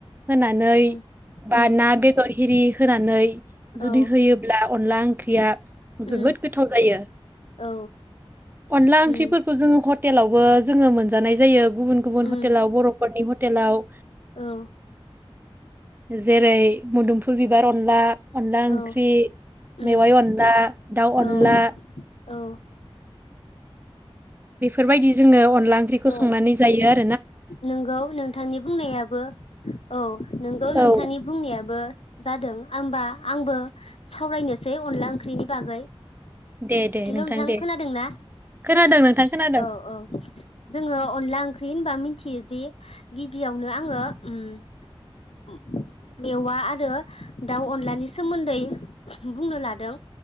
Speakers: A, on the right; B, on the left.
A: होनानै
B: उम उम
A: बा ना बेदर हिरि होनानै
B: औ
A: जुदि होयोब्ला अनला ओंख्रिया
B: उम
A: जोबोद गोथाव जायो
B: औ
A: अनला
B: उम
A: ओंख्रिफोरखौ जोङो हटेलावबो जोङो मोनजानाय जायो गुबुन गुबुन
B: उम
A: हटेलाव बर'फोरनि हतेलााव
B: औ
A: जेरै मोदोमफुल बिबार अनला अनला
B: औ
A: ओंख्रि
B: उम
A: मेवाइ अनला दाउ
B: औ
A: अनला
B: औ
A: बेफोरबायदि जोङो अनला अनला ओंख्रिखौ
B: औ
A: संनानै जायो आरो
B: नोंगौ नोंथांनि बुंनायाबो औ नंगौ नोंथांनि
A: औ
B: बुंनायाबो जादों आं होबा आंबो सावरायनोसै अनला ओंख्रिनि बागै
A: दे दे
B: हेल' नोंथां
A: दे
B: खोनादोंना
A: खोनादों नोंथां खोनादों
B: औ-औ जोङो अनला ओंख थै होनबा मिथियो जि गिबियावनो आङो ओम मेवा आरो दाउ अनलानि सो सोमोन्दै बुंनो लादों